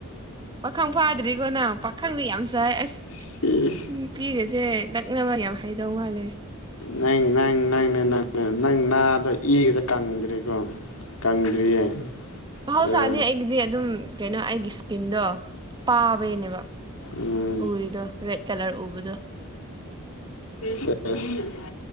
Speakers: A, on the right (about 20°); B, on the left (about 65°).
A: ꯄꯥꯈꯪ ꯐꯥꯗ꯭ꯔꯤꯀꯣ ꯅꯪ ꯄꯥꯈꯪꯗꯤ ꯌꯥꯝ ꯁꯥꯢ ꯑꯁ
B: ꯁꯤ ꯏꯁ
A: ꯅꯨꯄꯤꯒꯁꯦ ꯂꯛꯅꯕ ꯌꯥꯝ ꯍꯥꯏꯗꯧ ꯃꯥꯜꯂꯦ
B: ꯅꯪ ꯅꯪ ꯅꯪꯅꯦ ꯅꯪ ꯅꯪ ꯅꯥꯗꯣ ꯏꯒꯖꯦ ꯀꯪꯗ꯭ꯔꯤꯀꯣ ꯀꯪꯗ꯭ꯔꯤꯌꯦ
A: ꯃꯍꯧꯁꯥꯅꯤ
B: ꯑꯗ
A: ꯑꯩꯒꯤꯗꯤ ꯑꯗꯨꯝ ꯀꯩꯅꯣ ꯑꯩꯒꯤ ꯏꯁꯀꯤꯟꯗꯣ ꯄꯥꯕꯩꯅꯦꯕ
B: ꯎꯝ
A: ꯎꯔꯤꯗꯣ ꯔꯦꯗ ꯀꯂꯔ ꯎꯕꯗꯣ
B: ꯁꯦꯁ